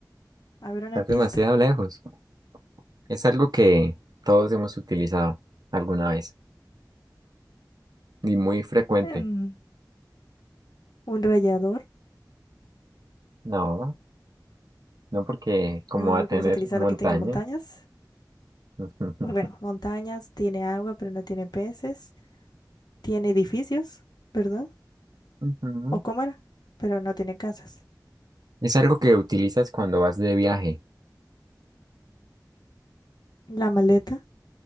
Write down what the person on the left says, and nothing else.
A ver, una
pista.
Em, un rallador,
algo
que hemos utilizado
que tenga montañas.
O Bueno, montañas, tiene agua, pero no tiene peces. Tiene edificios, ¿verdad?
O cámara, pero no tiene casas.
La maleta.